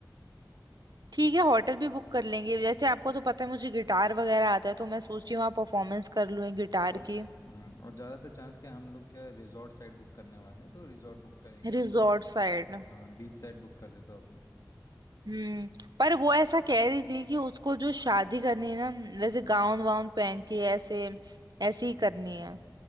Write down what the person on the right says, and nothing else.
ठीक है होटल भी बुक कर लेंगे वैसे
आपको तो पता है मुझे गिटार वगैरह आता है तो मैं सोच रही हूँ वहाँ परफॉर्मेंस कर लूँ गिटार
की
Resort side
हम्म पर वो ऐसा कह रही थी कि उसको जो शादी करनी है ना वैसे
गाउन वाउन पहन के ऐसे ऐसे ही
करनी है